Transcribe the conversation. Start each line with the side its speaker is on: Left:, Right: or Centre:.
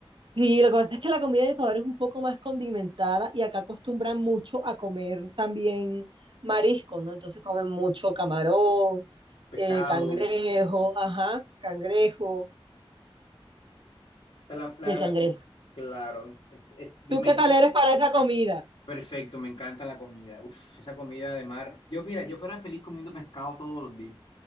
Right: Sí, lo que pasa es que la comida de Ecuador es un poco más condimentada y acá acostumbran mucho a comer también mariscos, ¿no? Entonces comen mucho camarón,
Left: pescado?
Right: eh, cangrejo,
Left: O
Right: ajá, cangrejo
Left: sea, la- la-
Right: y el
Left: la
Right: cangrejo.
Left: com- claro, es- es- me
Right: ¿Tú
Left: imagino
Right: qué tal
Left: que...
Right: eres para esa comida?
Left: Perfecto, me encanta la comida. Uf, esa comida de mar. Yo, mira, yo fuera feliz comiendo pescado todos los días.